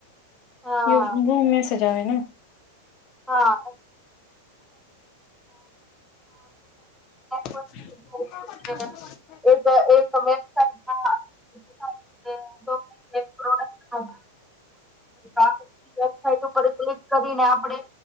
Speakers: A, in the centre; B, on the left (about 40°).
A: હા
B: એ બવ મેસેજ આવે ને.
A: હા, <unintelligible>
B: <inaudible>
A: થઈ જાય એક એક વેબસાઇટમાં <unintelligible> પ્રોડક્ટ હ, આપ વેબસાઇટ ઉપર ક્લિક કરીને આપણે.....